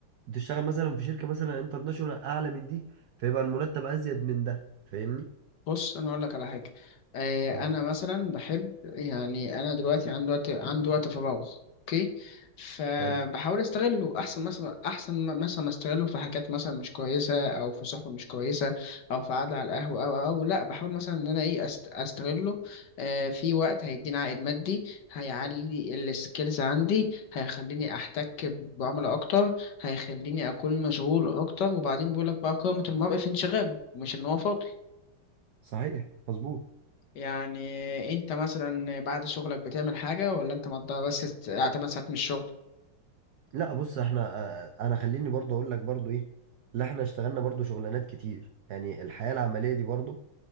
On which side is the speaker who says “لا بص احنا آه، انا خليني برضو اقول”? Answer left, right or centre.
Right